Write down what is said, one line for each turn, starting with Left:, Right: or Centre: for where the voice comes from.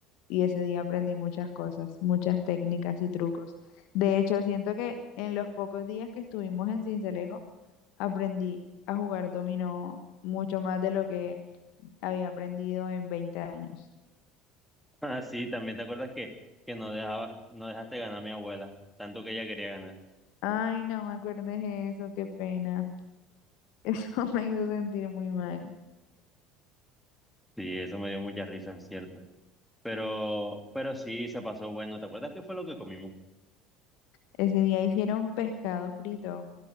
Left: y ese día aprendí muchas cosas, muchas técnicas y trucos. De hecho, siento que en los pocos días que estuvimos en Cincelejo aprendí a jugar dominó mucho más de lo que había aprendido en 20 años.
Centre: Ah, sí, también te acuerdas que, que no dejabas, no dejaste ganar a mi abuela, tanto que ella quería ganar.
Left: Ay, no me acuerdes eso, qué pena. <laughs> Eso me hizo sentir muy mal.
Centre: Sí, eso me dio mucha risa, es cierto. Pero, pero sí, se pasó bueno. ¿Te acuerdas qué fue lo que comimos?
Left: Ese día hicieron pescado frito.